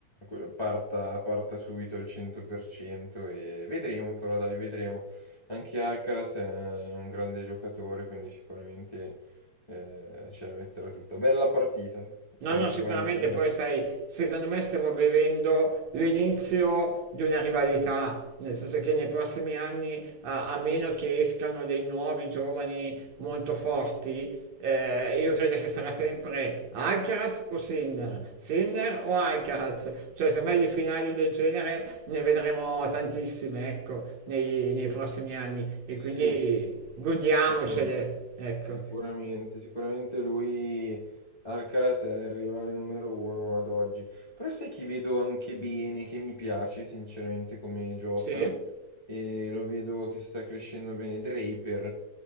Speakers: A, on the left (about 20°); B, on the right (about 65°).
A: que- parta, parta subito al 100% e vedremo, però dai, vedremo. Anche Alcaraz è un grande giocatore, quindi sicuramente eh, ce la metterà tutta. Bella partita, sarà
B: No, no,
A: sicuramente
B: sicuramente
A: una
B: poi sai, secondo me stiamo vivendo l'inizio di una rivalità, nel senso che nei prossimi anni, a, a meno che escano dei nuovi giovani molto forti, eh, io credo che sarà sempre Alcaraz o Sinner, Sinner o Alcaraz, cioè semmai di finali del genere ne vedremo tantissime, ecco, nei, nei prossimi anni
A: Sì,
B: e quindi
A: sì,
B: godiamocele,
A: sicura-
B: ecco.
A: sicuramente, sicuramente lui Alcaraz è il rivale numero uno ad oggi. Però sai chi vedo anche bene, che mi piace sinceramente come gioca
B: Sì?
A: e lo vedo che sta crescendo bene, Draper,